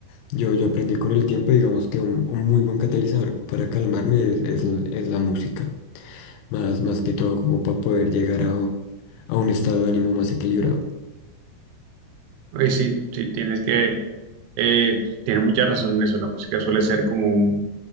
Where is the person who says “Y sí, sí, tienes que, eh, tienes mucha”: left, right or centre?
Right